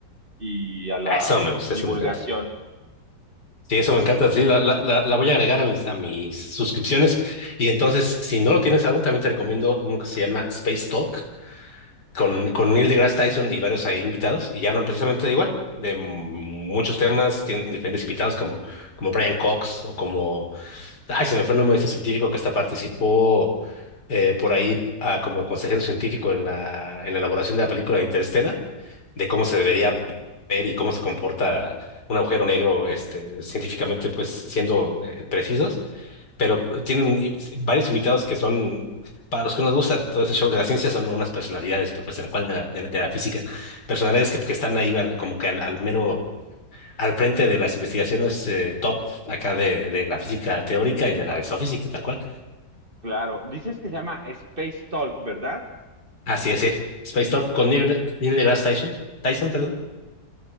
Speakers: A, on the right; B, on the left.
A: y a la
B: Ah, Eso me gusta,
A: divulgación.
B: eso me encanta. Sí, eso me encanta. Sí, la, la, la, la voy a agregar a mis, a mis suscripciones. Y entonces, si no lo tienes aún, también te recomiendo uno que se llama Space Talk con, con Neil deGrasse Tyson y varios ahí invitados. Y hablan precisamente de igual, de muchos temas. Tienen diferentes invitados como, como Brian Cox o como, ay, se me fue el nombre de este científico que hasta participó eh, por ahí ah, como consejero científico en la, en la elaboración de la película de Interstellar, de cómo se debería ver y cómo se comporta un agujero negro, este, científicamente, pues siendo eh, precisos, pero tienen eh, varios invitados que son, para los que nos gusta todo ese show de la ciencia, son unas personalidades, pues de la cual de la, de la, de la física, personalidades que, que están ahí al- como que al, al mero, al frente de las investigaciones eh, top acá de, de la física teórica y de la exofísica, tal cual.
A: Claro, dices que se llama Space Talk, ¿verdad?
B: Así es, sí. Space Talk con Neil, Neil deGrasse Tyson, Tyson, perdón.